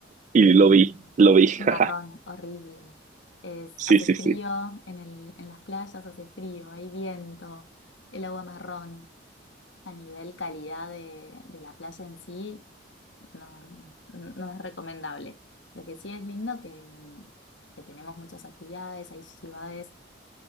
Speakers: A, on the right (about 40°); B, on the left (about 70°).
A: Y
B: eh,
A: lo vi, lo vi.
B: marrón,
A: <laughs>
B: horrible. Es,
A: Sí,
B: hace
A: sí,
B: frío
A: sí.
B: en el, en las playas, hace frío, hay viento, el agua marrón. A nivel calidad de, de la playa en sí, no, no es recomendable. Lo que sí es lindo que, que tenemos muchas actividades, hay ciudades